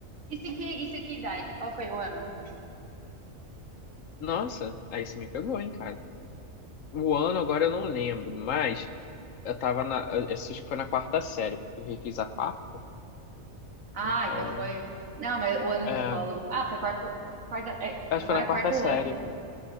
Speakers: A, on the right; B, on the left.
A: Isso em que, isso em que idade? Qual foi o ano?
B: nossa, aí você me pegou, hein, cara. O ano agora eu não lembro, mas eu tava na, eu acho que foi na quarta série, porque eu refiz a quarta,
A: Ah,
B: então,
A: então foi. Não, mas o ano
B: é,
A: de escola. não- Ah, foi quarto. Quarta, é,
B: acho
A: agora
B: que foi na
A: é
B: quarta
A: quarto
B: série.
A: ano.